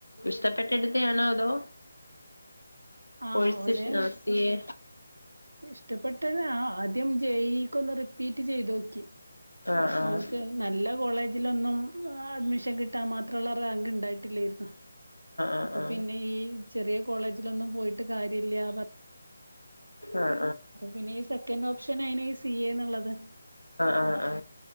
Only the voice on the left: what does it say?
ഇഷ്ടപ്പെട്ടടുത്ത് എക്ക ആണോ അതോ
കോഴ്സ്
സി എ
ആഹ്
ആഹ്
ആഹ്
ആഹ്
ആആ
ആ ആ ആ